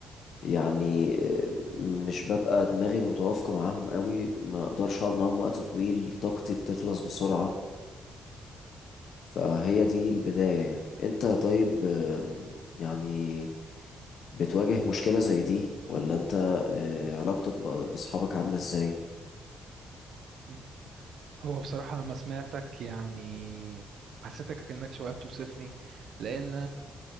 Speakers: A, on the left; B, on the right.
A: يعني آه، مش ببقى دماغي متوافقة معاهم قوي ما أقدرش أقعد معاهم وقت طويل طاقتي بتخلص بسرعة فهي دي البداية يعني انت طيب آم، يعني بتواجه مشكلة زي دي ولا انت آه، علاقتك ب- بأصحابك عاملة ازاي
B: مم. هو بصراحة لما سمعتك يعني حسيتك كأنك شوية بتوصفني لأن